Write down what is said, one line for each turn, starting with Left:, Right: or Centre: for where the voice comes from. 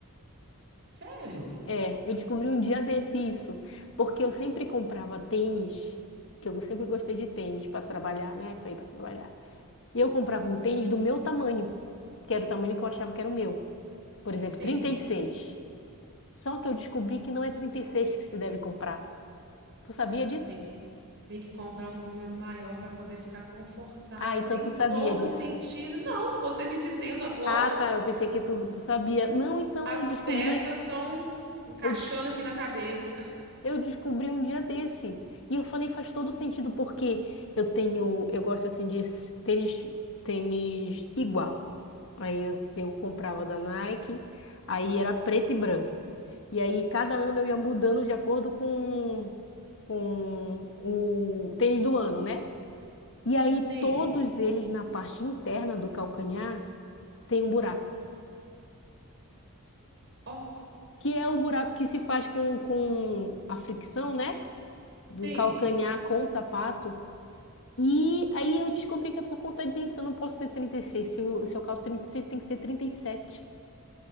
Right: Sério?
Left: É, eu descobri um dia desse isso, porque eu sempre comprava tênis, que eu sempre gostei de tênis para trabalhar, né? Para ir para trabalhar. E eu comprava um tênis do meu tamanho, que era o tamanho que eu achava que era o meu. Por exemplo,
Right: Sim.
Left: trinta e seis Só que eu descobri que não é 36 que se deve comprar. Tu sabia disso?
Right: Tem, tem que comprar um número maior para poder ficar confortável.
Left: Ah, então
Right: Tem
Left: tu sabia
Right: todo
Left: disso.
Right: sentido. Não, você me dizendo agora,
Left: Ah, tá. Eu pensei que tu, tu sabia. Não, então
Right: as
Left: eu descobri.
Right: peças estão encaixando
Left: Eu, des-
Right: aqui na cabeça.
Left: eu descobri um dia desse. E eu falei, faz todo sentido, porque eu tenho. Eu gosto assim de s- tênis, tênis igual. Aí eu, eu comprava da Nike, aí era preto e branco. E aí cada ano eu ia mudando de acordo com, com o tênis do ano, né? E aí
Right: Sim,
Left: todos eles na parte interna do calcanhar. tem um buraco,
Right: ó,
Left: que é o buraco que se faz com, com a fricção, né? Do
Right: sim,
Left: calcanhar com o sapato. E aí eu descobri que é por conta disso, eu não posso ter 36. Se eu, se eu calço 36, tem que ser 37.